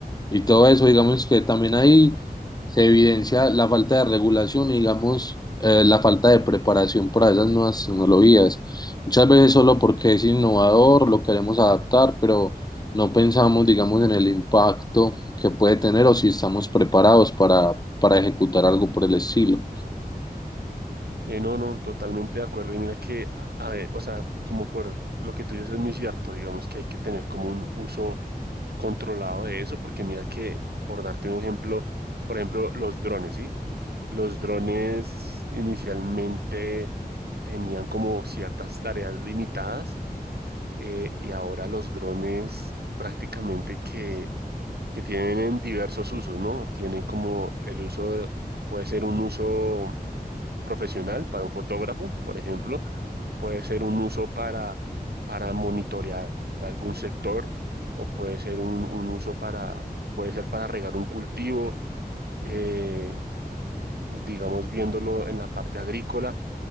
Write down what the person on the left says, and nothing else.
y todo eso, digamos que también ahí se evidencia la falta de regulación y digamos eh, la falta de preparación para esas nuevas tecnologías. Muchas veces solo porque es innovador lo queremos adaptar, pero no pensamos, digamos, en el impacto que puede tener o si estamos preparados para, para ejecutar algo por el estilo.